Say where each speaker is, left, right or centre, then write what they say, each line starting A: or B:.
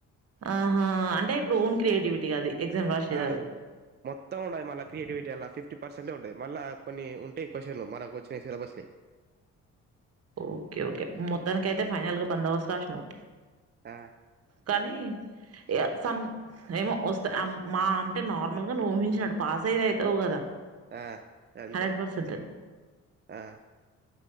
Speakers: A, on the right (about 55°); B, on the right (about 35°).
A: ఆహా అంటే ఇప్పుడు ఓన్ క్రియేటివిటీగా అది ఎగ్జామ్ రాసేదది.
B: ఆ మొత్తం ఉండయ్ మళ్ళ క్రియేటివిటీ అలా ఫిఫ్ <unintelligible> పర్సెట్ ఉంటది మళ్ళ కొన్ని ఉంటాయి క్వశ్చన్లు మనకొచ్చిన సిలబస్ కై
A: ఓకే ఓకే మొత్తానికి అయితే ఫైనల్ గా బందోబస్తు రాస్నావ్
B: ఆ
A: కానీ ఎ సం ఏమో వస్తా అం మా అంటే నార్మల్ గా నువ్ ఊహించినట్ పాస్ అయిదే తవు కదా
B: ఆ అంతే
A: హండ్రెడ్ పర్సెంట్
B: ఆ